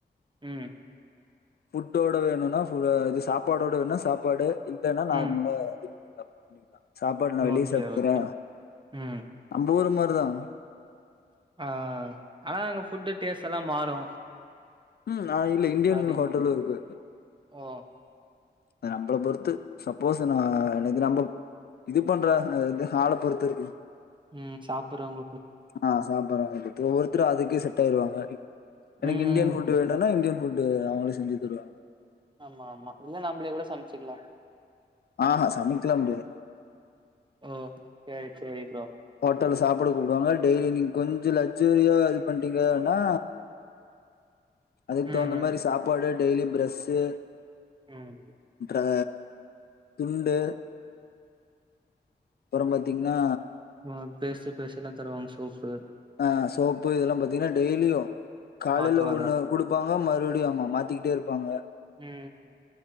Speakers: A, on the right; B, on the left.
A: ம்
B: புஃபுட்டோட வேணுனா இது சாப்பாடோட வேணுனா சாப்பாடு இல்லன்னா நார்மலா
A: ம்
B: இது பண்ண சாப்பாடு நா வெளியே
A: ஓகே
B: சாப்டுகிறே
A: ஓகே ம்
B: நம்ம ஊர் மா அதான்
A: ஆ ஆனா அங்க ஃபுட்டு டேஸ்ட் எல்லா மாறு
B: ம் ஆங்ல்ல இந்தியன்
A: அதிகமா
B: ஹோட்டலு இருக்கு
A: ஓ
B: அது நம்மல பொறுத்து சப்போஸ் நா எனக்கு நம்ம இது பண்ற ஆள பொறுத்து இருக்கு
A: ம் சாப்ட்றவங்
B: ஆ சாப்ட்டறவங்கல பொருத்து ஒவ்வொருத்தரும் அதுக்கே செட் ஆயிருவாங்க எனக்கு
A: ம்
B: இந்தியன் ஃபுட் வேணனா இந்தியன் ஃபுட்டு் அவங்கள செஞ்சு தருவாங்க
A: ஆமா ஆமா இல்ல நம்மளே கூட சமைச்சுக்கலா
B: ஆஹ்ஹ சமைக்கல முடியா
A: ஓ சேரி சேரி ப்ரோ
B: ஹோட்டல் சாப்டு ப்டுவாங்க டெய்லி நீங்க கொஞ்சம் லக்சுரியா இது பண்டீங்கன்னா அதுக்கு
A: ம்
B: தகுந்த மாதிரி சாப்பாடு டெய்லி பிரஷ்ஷு
A: ம்
B: ஆ துண்டு அப்புறம் பாத்தீங்கன்னா
A: ஆ பேஸ்ட் ஃப்ரஸ்ஸு எல்லா தருவாங்க ஷோக்கு
B: ஆ சோப்பு இதெல்லா பாத்தீங்கன்னா டெய்லியும் காலையில்
A: மாத்துவாங்க
B: ஒண்ணு கொடுப்பாங்க ஆ மறுபடியும் ஆமா மாத்திக்கிட்டே இருப்பாங்க
A: ம் ம்